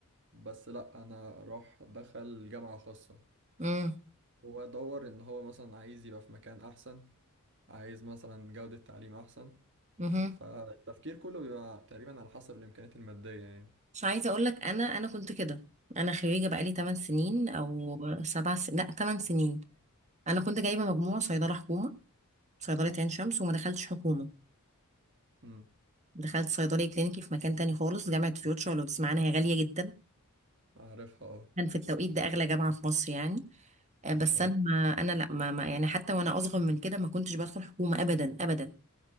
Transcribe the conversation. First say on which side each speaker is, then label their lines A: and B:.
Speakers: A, on the right; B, on the right.
A: بس لأ أنا أروح أدخل جامعة خاصة
B: امم
A: هو دور إن هو مثلا عايز يبقى في مكان أحسن عايز مثلا جودة تعليم أحسن
B: امم
A: فالتفكير كله بيبقى تقريبا على حسب الإمكانيات المادية يعني
B: مش عايزه اقول لك انا انا كنت كده انا خريجه بقالي 8 سنين او 7 سنين لا 8 سنين انا كنت جايبه مجموع صيدله حكومه صيدله عين شمس وما دخلتش حكومه
A: أمم
B: دخلت صيدلي كلينيكي في مكان تاني خالص جامعه فيوتشر لو تسمعنا هي غاليه جدا
A: أعرفها أه
B: كان في التوقيت ده اغلى جامعه في مصر يعني آه، بس
A: أه
B: انا ما انا لا ما ما- يعني حتى وانا اصغر من كده ما كنتش بدخل حكومه ابدا ابدا